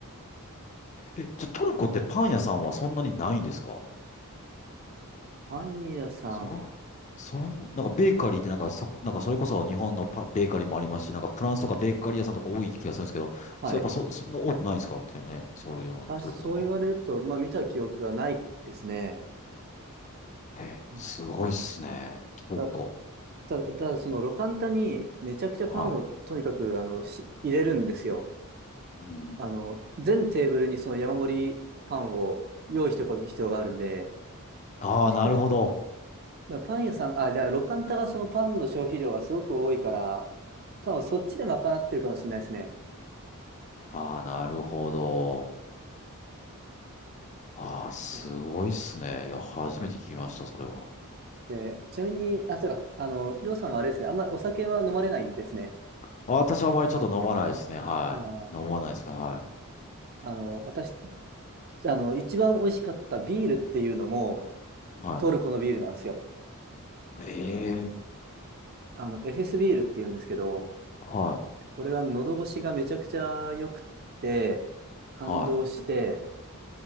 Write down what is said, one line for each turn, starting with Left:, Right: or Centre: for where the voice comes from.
Left: え、じゃ、トルコってパン屋さんはそんなにないんですか
Right: パン屋さん、
Left: そん、
Right: パ
Left: そん、なんかベーカリーってなんかそこ、なんかそれこそ日本のパ、ベーカリーもありますし、なんかフランスとかベーカリー屋さんとか多い気がするんですけど、
Right: はい。
Left: そう、やっぱそ、そんな多くないんですかってね、そういうの、
Right: たそう言われると、
Left: トルコとか。
Right: まあ見た記憶がないですね。
Left: えー、
Right: うん
Left: すごいっすね、トルコ。
Right: た、た、ただそのロカンタにめちゃくちゃパンをとにかくあのし入れるんですよ。
Left: はい。うん。
Right: あの、全テーブルにその山盛りパンを用意しておく必要があるんで、
Left: ああ、
Right: もしかしだか
Left: なるほど。
Right: らパン屋さん、あ、じゃあ、ロカンタがそのパンの消費量がすごく多いから、多分そっちで賄ってるかもしれないですね。
Left: ああ、なるほど。ああ、すごいっすね。
Right: そ
Left: いや、初めて聞きました、それは。
Right: う。で、ちなみに、あ、そうか、あの、りょうさんはあれですね、あんまりお酒は飲まれないんですね。
Left: あ私はあまりちょっと飲まないですね。はい。
Right: ああ
Left: 飲まないですから、はい。
Right: あの、私、あの、一番美味しかったビールっていうのも、
Left: は
Right: トルコのビールなんですよ。
Left: い。ええ
Right: あの、エフエスビールっていうんですけど、
Left: は
Right: これが喉越しがめちゃくちゃ良くて、感動して、
Left: い。は